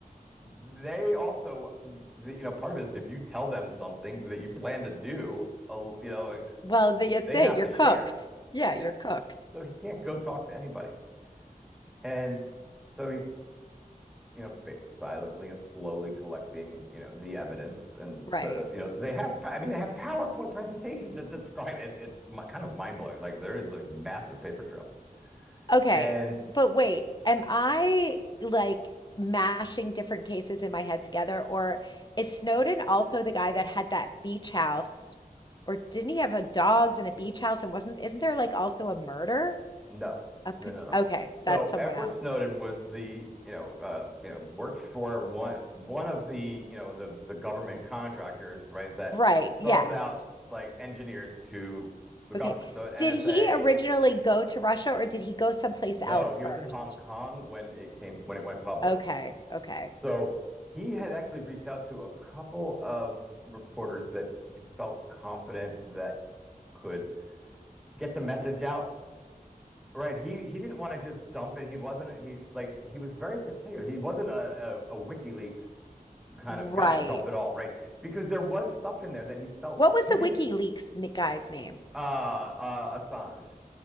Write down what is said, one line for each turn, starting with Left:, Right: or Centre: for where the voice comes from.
Centre: they also, the, you know, part of it is if you tell them something that you plan to do, a, you know, like,
Left: Well, that's
Centre: they
Left: it.
Centre: have
Left: You're
Centre: to
Left: cooked.
Centre: share.
Left: Yeah,
Centre: Yeah.
Left: you're cooked.
Centre: So he can't go talk to anybody. And so he's you know, ba- silently and slowly collecting, you know, the evidence and
Left: Right.
Centre: the, you know, they have, pa- I mean, they have PowerPoint presentations that describe it. It's mi- kind of mind blowing. Like there is a massive paper trail.
Left: Okay,
Centre: And
Left: but wait, am I like mashing different cases in my head together, or is Snowden also the guy that had that beach house, or didn't he have a dogs and a beach house and wasn't, isn't there like also a murder?
Centre: no,
Left: A pot-
Centre: no, no, no.
Left: okay, that's
Centre: So
Left: someone
Centre: Edward
Left: else.
Centre: Snowden was the, you know, uh, you know, worked for one one of the, you know, the the government contractors, right, that
Left: Right, yes.
Centre: subs out like engineers to the government.
Left: Okay.
Centre: So at NSA,
Left: Did he originally go to Russia or did he go someplace
Centre: no,
Left: else
Centre: he
Left: first?
Centre: was in Hong Kong when it came when it went public.
Left: Okay, okay.
Centre: So he had actually reached out to a couple of reporters that he felt confident that could get the message out. Right. He he didn't want to just dump it. He wasn't he like he was very particular. He wasn't a, a, a WikiLeaks kind
Left: Right.
Centre: of guy, dump it all, right? Because there was stuff in there that he felt
Left: What was
Centre: didn't
Left: the WikiLeaks n- guy's name?
Centre: uh uh Assange.